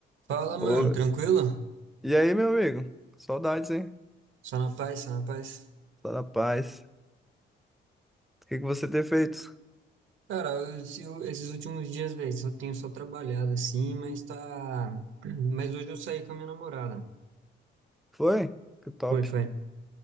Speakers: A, on the right; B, in the centre.
A: Fala,
B: Ô,
A: mano, tranquilo?
B: E aí, meu amigo? Saudades, hein?
A: Só na paz, só na paz.
B: Só na paz. O que que você tem feito?
A: Cara, eu- se eu- esses últimos dias, velho, eu tenho só trabalhado assim, mas tá. <clears throat> Mas hoje eu saí com a minha namorada.
B: Foi? Que top.
A: Foi, foi.